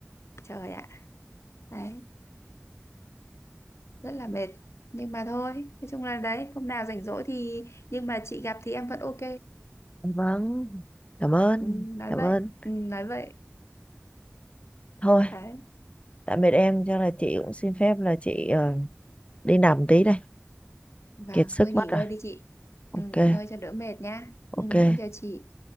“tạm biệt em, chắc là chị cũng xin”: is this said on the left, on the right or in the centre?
Left